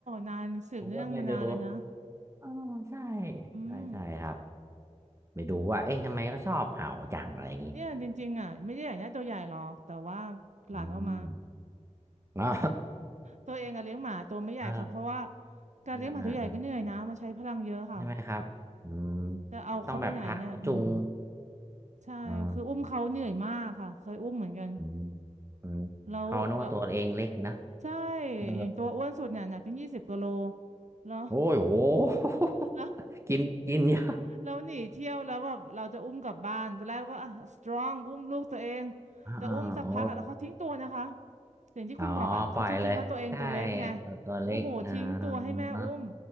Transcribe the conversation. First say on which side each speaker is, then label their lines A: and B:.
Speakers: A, on the right (about 70°); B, on the right (about 20°).
A: นานสืบเรื่องมานานเลยนะ
B: <laughs> ผมก็ไม่รู้ อ๋อใช่
A: อืม
B: ใช่ใช่ครับไปดูว่าเอ๊ะทำไมเขาชอบเห่าจังอะไรอย่างงี้
A: เนี่ยจริงๆอ่ะไม่ได้อยากได้ตัวใหญ่หรอก แต่ว่าหลานเอามา
B: อืมอ๋อ
A: ตัวเองอะเลี้ยงหมาตัวไม่ใหญ่ค่ะเพราะว่า
B: <laughs> เออ
A: การเลี้ยงหมาตัวใหญ่ก็เหนื่อยนะมันใช้พลังเยอะค่ะ
B: อ่าอ่าอ่าใช่ไหมครับอืม
A: จะเอาเขาไปไหนเนี่ยอืม
B: ต้องแบบพาเขาจูง
A: ใช่คืออุ้มเขาเหนื่อยมากค่ะเคยอุ้มเหมือนกัน
B: อ่าอืมอืมเขานึกว่าตัวเองเล็กนะ
A: แล้วแล้วใช่
B: เออ
A: อย่างตัวอ้วนสุดเนี่ยหนักถึงยี่สิบกิโลแล้ว
B: โอ้ยโห <laughs>
A: แล้ว
B: กินกินเยอะ
A: แล้วหนีเที่ยวแล้วแบบเราจะอุ้มกลับบ้านตอนแรกก็ strong อุ้มลูกตัวเอง
B: อ่าอ่าโอ้
A: แต่อุ้มสักพักอะแล้วเขาทิ้งตัวนะคะอย่างที่คุณบอกอะเขาชอบคิดเขาตัวเองตัวเล็กไง
B: อ๋อปล่อยเลยใช่ตัวเล็กอ่า
A: โอ้โหทิ้งตัวให้แม่อุ้ม
B: เนอะ